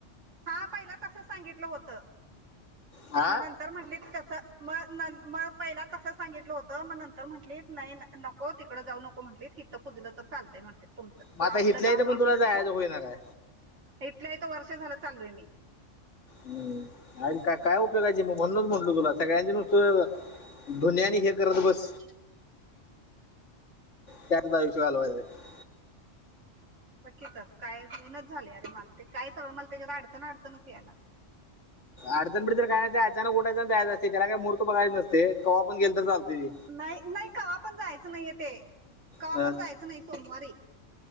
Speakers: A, on the right; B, on the left.
A: हा पहिला तस सांगितलं होत
B: हा
A: म्हण म्हटली तस म म पहिला तसं सांगितलं होतं मग नंतर म्हटली नाही नको तिकडं जाऊ नको म्हटलीत हिथं पुजलं तर चालतंय म्हटते तुमच
B: मग
A: तू
B: आता
A: आपलं
B: इथल्या
A: गाव
B: इथं
A: घेत
B: पण तुला
A: येते
B: जायचं
A: ना
B: होईना काय
A: इथल्या इथं वर्ष झालं चाललोय मी
B: हम आणि का काय उपयोगायची मग म्हणणच म्हंटल तुला सगळ्यांचे नुसत धोनी आणि हे करत बस
A: <inaudible>
B: त्यात आयुष्य घालवल्यास
A: बक्की तर काय मेहनत झाली अरे माग ते काय सवळ मला त्याच्यात अडचण अडचणच यायलाग
B: अडचण गडचण काय नसते ते अचानक उठायचं जायचं त्याला काय मुहूर्त करतो बघायचा नसतो कवा पण गेलं तर चालते ते
A: नाही नाही कावा्हा पण जायचं नाहीय ते कवा्हा
B: अं,
A: पण जायचं नाही सोमवारी